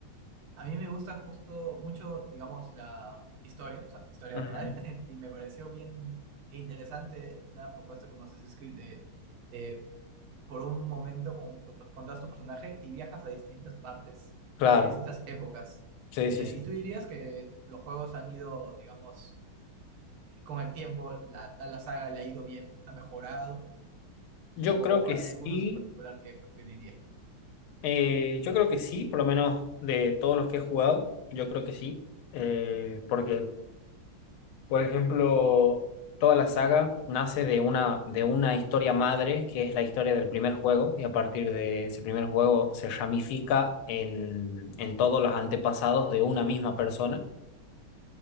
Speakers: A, on the right; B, on the left.
A: a mí me gusta justo mucho, digamos, la historia, o sea, historia
B: Ujú.
A: real, <laughs> y me pareció bien interesante una propuesta como Assassin's Creed de eh, por un momento con, tu- con todo tu personaje y viajas a distintas partes,
B: Claro,
A: a distintas épocas.
B: sí,
A: Eh,
B: sí, sí,
A: ¿y tú
B: sí.
A: dirías que los juegos han ido, digamos, con el tiempo, la, a la saga le ha ido bien, ha mejorado?
B: Yo
A: ¿O
B: creo que
A: hay
B: sí,
A: algunos en particular que preferiría?
B: eh, yo creo que sí, por lo menos de todos los que he jugado, yo creo que sí, eh, porque Por ejemplo, toda la saga nace de una, de una historia madre, que es la historia del primer juego, y a partir de ese primer juego se ramifica en, en todos los antepasados de una misma persona,